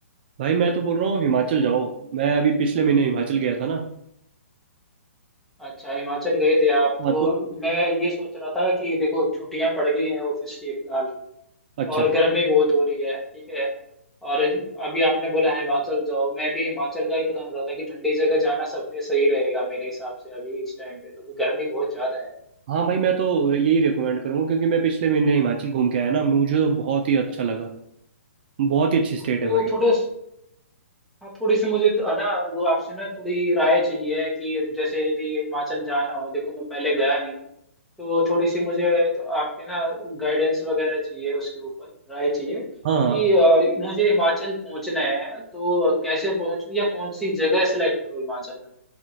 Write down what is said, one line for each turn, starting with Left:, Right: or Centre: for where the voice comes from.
Right: भाई मैं तो बोल रहा हूँ हिमाचल जाओ मैं अभी पिछले महीने हिमाचल गया था ना
Centre: अच्छा हिमाचल गए थे आप तो
Right: हाँ तो
Centre: मैं ये सोच रहा था कि देखो छुट्टियां पड़ गई हैं ऑफिस की फिलहाल
Right: अच्छा
Centre: और गर्मी बहुत हो रही है ठीक है और अभी आपने बोला हिमाचल जाओ मैं भी हिमाचल का ही प्लान रहा था कि ठंडी जगह जाना सबसे सही रहेगा मेरे हिसाब से अभी इस टाइम पे तो क्योंकि गर्मी बहुत ज्यादा है
Right: हाँ भाई मैं तो यही रिकमेंड करूँगा क्योंकि मैं पिछले महीने हिमाचल घूम के आया ना मुझे तो बहुत ही अच्छा लगा बहुत ही अच्छी स्टेट
Centre: तो
Right: है भाई
Centre: थोड़ा हाँ, थोड़ी सी मुझे तो- है ना वो आपसे ना थोड़ी राय चाहिए कि जैसे यदि हिमाचल जाना हो देखो मैं पहले गया नहीं हूँ तो थोड़ी सी मुझे तो आपके ना गाइडेंस वगैरह चाहिए उसके ऊपर राय चाहिए कि
Right: हाँ हाँ
Centre: अ, मुझे हिमाचल पहुंचना है तो कैसे पहुंचूं या कौन सी जगह सेलेक्ट करूं हिमाचल में